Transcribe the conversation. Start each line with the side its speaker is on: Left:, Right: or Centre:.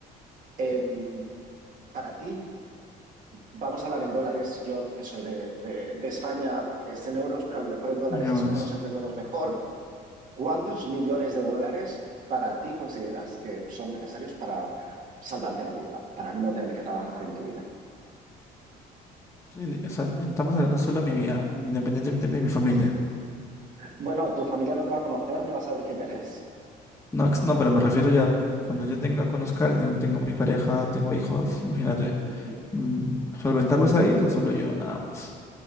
Right: em, para ti, vamos a hablar en dólares, yo que soy de, de- de España es en euros, pero a lo mejor en dólares
Left: Ujú.
Right: es como nos entendemos mejor. ¿Cuántos millones de dólares para ti consideras que son necesarios para salvarte la vida, para no tener que trabajar en tu vida?
Left: Sí, O sea, estamos hablando solo de mi vida, independientemente de mi familia.
Right: Bueno, tu familia no te va a conocer ni va a saber quién eres.
Left: No, ex- no, pero me refiero ya, cuando yo tenga, conozca a alguien, tengo mi pareja, tengo hijos, imagínate,
Right: Ujú.
Left: mm, ¿solventarlos a ellos o solo yo, nada más?